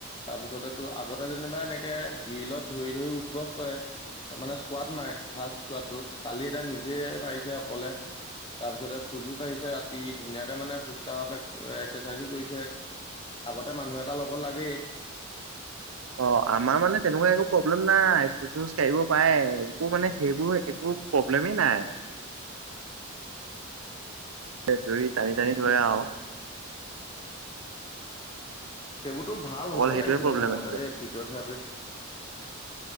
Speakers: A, on the left; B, on the right.
A: তাৰপিছতে তো আগতে যেনিবা এনেকে গ্ৰীলত ধৰি ধৰি উঠবহ কৰে তাৰ মানে- কোৱাত নাই। সাজ পৰাটো কালি এটা নিজে পাৰিছে অকলে তাৰপিছতে খোজো কাঢ়িছে ৰাত- তি ধুনীয়াকে মানে খোজকাঢ় এক্সাৰচাইজো কৰিছে আগতে মানুহ এটা লগত লাগেই।
B: অঁ, আমা মানে তেনেকুৱা একো প্ৰব্লেম নাই খোজ চোজ কাঢ়িব পাৰে। একো মানে সেইবোৰ একো- প্ৰব্লেমেই নাই। তে ধৰি টানি টানি ধৰে আও।
A: সেইবোটো ভাল
B: অকল
A: হ'ব
B: সেইটোৱে
A: লাগিছিলে
B: প্ৰব্লেম
A: মোৰ মতে
B: আছিলে
A: দেই ফিজিঅথেৰাপিত।